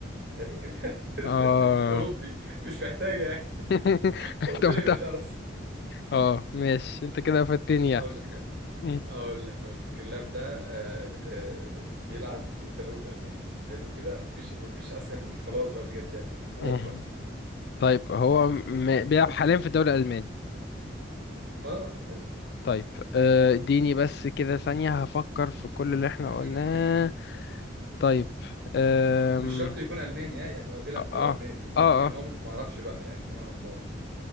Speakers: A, on the right (about 55°); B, on the left (about 55°).
A: حلو كده
B: اه
A: <laughs> اوروبي مش محتاجه يعني
B: <laughs>
A: طبيعي
B: طب انت
A: يبقى شعره اصفر
B: اه ماشي انت كده فاتني يعني
A: هقول لك
B: مم.
A: اقول لك اقول لك اللاعب ده آه، آه، بيلعب في الدوري الالماني حلو كده مفيش مفيش اسهل من خلاص بقى بجد يعني روح
B: مم.
A: بقى
B: طيب هو م... بيلعب حاليا في الدوري الألماني
A: اه آه، ايوه
B: طيب آه، اديني بس كده ثانية هفكر في كل اللي
A: <clears throat>
B: احنا قلناه طيب آم،
A: مش شرط يكون الماني ها، يعني هو بيلعب
B: اه
A: في الدوري
B: اه
A: الالماني ممكن
B: اه اه
A: اه ممكن ما اعرفش بقى يعني دي ما اعرفهاش